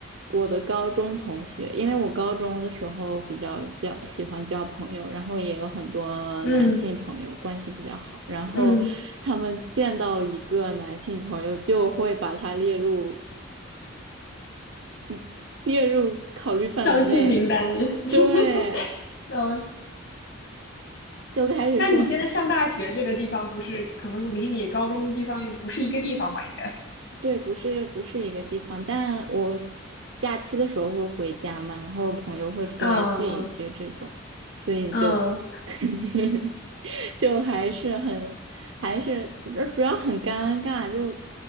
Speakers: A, on the right; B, on the left.
A: 我的高中同学，因为我高中的时候比较交喜欢交朋友，然后也有很多男性朋友，
B: 嗯
A: 关系比较好。然后他们见到一个男性朋友，
B: 嗯，
A: 就会把他列入 <laughs> 列入考虑范围内，
B: 相亲名单里。
A: 对，
B: <laughs> 嗯，
A: 就开始说，
B: 那你现在上大学这个地方不是可能离你高中的地方又不是一个地方吧？应该。
A: 对，不是不是一个地方，但我假期的时候会回家嘛，然后朋友会出来聚一聚这种，
B: 嗯嗯
A: 所以就
B: 嗯，
A: <laughs> 就还是很还是主主要很尴尬，就